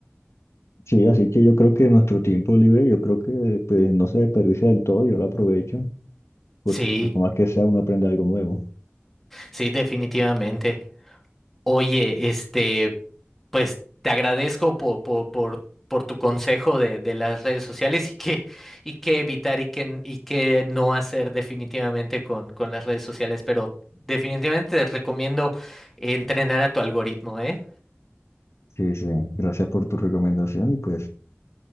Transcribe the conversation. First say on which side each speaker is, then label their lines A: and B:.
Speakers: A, on the left; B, in the centre.
A: Sí, así que yo creo que nuestro tiempo libre, yo creo que pues no se desperdicia del todo, yo lo aprovecho, porque
B: Sí,
A: pues, por más que sea, uno aprende algo nuevo.
B: sí, definitivamente. Oye, este, pues te agradezco po- po- por, por tu consejo de, de las redes sociales y qué, y qué evitar y qué, y qué no hacer definitivamente con, con las redes sociales, pero definitivamente te recomiendo entrenar a tu algoritmo, ¿eh?
A: Sí, sí, gracias por tu recomendación y pues